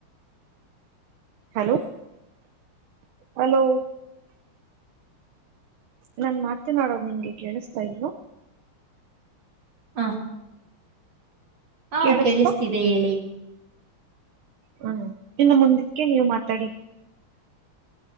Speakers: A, on the right (about 75°); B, on the right (about 55°).
A: ಹಲೋ ಹಲೋ ನಾನ್ ಮಾತನಾಡೋದು ನಿಮಗೆ ಕೇಳಿಸ್ತಾ ಇಲ್ವಾ
B: ಹಾ ಹಾ
A: ಕೇಳಿಸ್ತಾ
B: ಕೇಳಿಸ್ತಿದೆ ಹೇಳಿ
A: ಹ್ಮ ಇನ್ನು ಮುಂದಕ್ಕೆ ನೀವು್ ಮಾತಾಡಿ